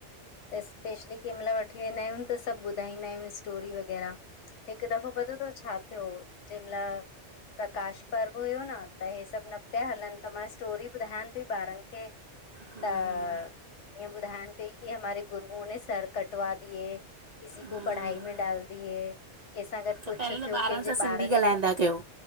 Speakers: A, on the left; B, on the right.
A: त स्पेशली केमल थी ईंदायूं, त सभ ॿुधाईंदायूं स्टोरी वग़ैरा। हिक दफ़ो पतो तव, छा थ्यो हो, जैं महल प्रकाश पर्व हुयो न त हे सभ न प्या हलन, त मां स्टोरी ॿुधायांन पई ॿारन खे,
B: हम्म
A: त
B: हम्म
A: ईंएं, ॿधांयान पई, की हमारे गुरूओं ने सर कटवा दिये किसी को
B: हम्म,
A: कढ़ाई में डाल दिए। केंसां गॾ
B: त
A: कुछ
B: पहिरियों
A: थ्यो,
B: त ॿारनि
A: केंजे
B: सां सिंधी
A: ॿारन
B: ॻाल्हाईंदा
A: खे,
B: कयो